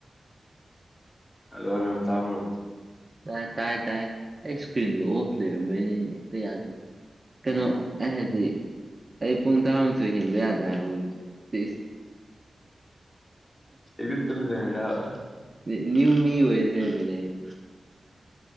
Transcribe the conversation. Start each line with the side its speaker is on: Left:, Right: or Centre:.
Left: ꯍꯜꯂꯣ ꯍꯜꯂꯣ ꯇꯥꯕ꯭ꯔꯥ
Right: ꯇꯥꯏ ꯇꯥꯏ ꯇꯥꯏ ꯑꯩ ꯁꯀ꯭ꯔꯤꯟꯗꯣ ꯑꯣꯐ ꯂꯩꯔꯝꯕꯩꯅꯤ ꯍꯦꯛꯇ ꯌꯥꯗꯦ ꯀꯩꯅꯣ
Left: ꯑꯣ
Right: ꯑꯩꯅ ꯍꯥꯏꯗꯤ ꯑꯩ
Left: ꯑꯣꯀꯦ
Right: ꯄꯨꯡ ꯇꯔꯥꯃꯊꯣꯏ ꯍꯦꯟꯕ ꯌꯥꯗ꯭ꯔꯦ ꯍꯥꯏꯕ ꯍꯧꯖꯤꯛꯁꯦ ꯁꯤꯁ
Left: ꯍꯦꯛꯇ ꯇꯨꯝ ꯂꯩꯔꯝꯃꯤꯔꯥꯕ
Right: ꯅꯦ ꯅ꯭ꯌꯨ ꯃꯤ ꯑꯣꯏ ꯂꯩꯔꯝꯃꯦꯅꯦ ꯑꯩꯁꯦ